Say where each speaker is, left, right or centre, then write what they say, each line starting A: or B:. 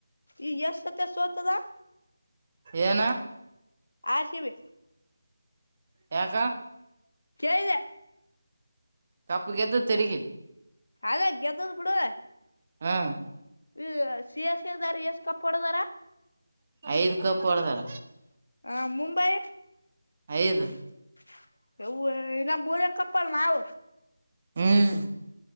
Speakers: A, on the left (about 85°); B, on the right (about 30°).
A: ಈ ಎಷ್ಟ ಸತ್ಯ ಸೋತದ
B: ಏನ
A: ಆರ್ ಸಿ ಬಿ
B: ಯಾಕ
A: ಕೇಳಿದೆ
B: ಕಪ್ಪುಗೆದ್ದು ತಿರಿಗಿ
A: ಅದಗೆದ್ದ ಬಿಡುವ
B: ಹ್ಮ್
A: ಹ ಸ ಸಿದಾರ ಎಷ್ಟಸ್ ಕಪ್ಪ ಹೊಡದಾರ
B: ಐದ್ ಕಪ್ ಹೊಡದಾರ
A: ಹಾ ಮುಂಬೈ
B: ಐದ್
A: <inaudible> ಎವ ಇನ ಬೋಲ ಕಪ್ಪಲಾ ನಾವ
B: ಹ್ಮ್